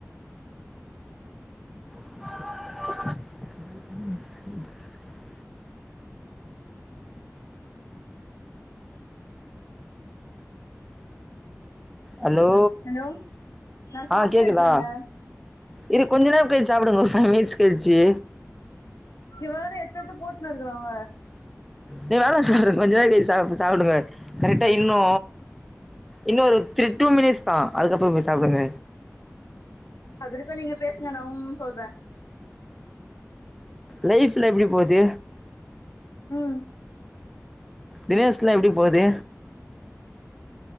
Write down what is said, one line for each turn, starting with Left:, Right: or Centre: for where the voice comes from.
Centre: <inaudible> ஹலோ
Left: ஹலோ நா சாப்ட்னு
Centre: ஆ கேக்குதா
Left: இருக்கேங்க
Centre: இரு கொஞ்ச நேர கழிச் சாப்டுங்க ஒரு ஃபைவ் மினிட்ஸ் கழிச்சு
Left: இவேற எத்தெத்து போட்னுருக்கறாங்க
Centre: நீ வேல செய்றன் கொஞ்ச நேர கழிச் சாப் சாப்டுங்க கரெக்டா இன்னு இன்னு ஒரு த்ரீ டூ மினிட்ஸ்த அதுக்கப்ற போய் சாப்டுங்க
Left: அது இருக்கு நீங்க பேசுங்க நா உம் உம் சொல்றே
Centre: லைஃப்ல எப்டி போது
Left: உம்
Centre: தினேஷ்லா எப்டி போது